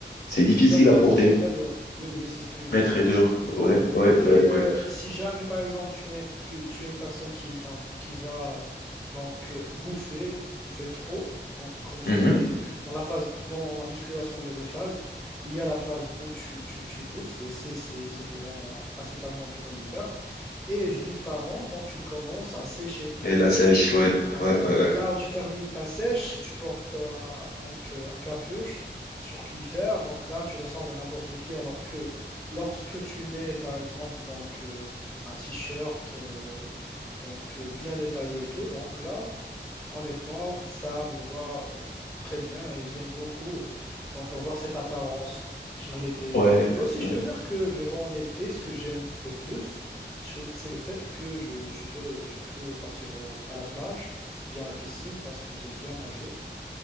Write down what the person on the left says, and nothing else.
c'est difficile
à porter,
mais
très
dur. Ouais, ouais, ouais,
ouais.
Mhm.
Et la sèche, ouais,
ouais, ouais, ouais.
Ouais,
ouais.